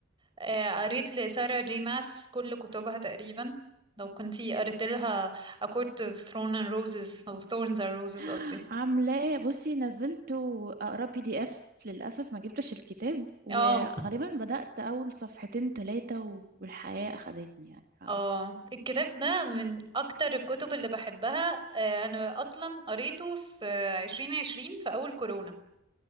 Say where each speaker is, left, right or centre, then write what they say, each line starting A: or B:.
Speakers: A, on the right; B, on the right.
A: آه، قريت لسارة جي ماس كل كتبها تقريبا لو كنتي قريت لها A Court of Thorn and Roses أو Thorns and Roses
B: <gasps>
A: قصدي
B: عاملاه بصي نزلت اقرا بي دي اف للاسف ما جبتش الكتاب وغالبا
A: اه
B: بدات اول صفحتين ثلاثه والحياه اخدتني يعني ف...
A: اه الكتاب ده من اكتر الكتب اللي بحبها آه، انا اصلا قريته في عشرين عشرين في اول كورونا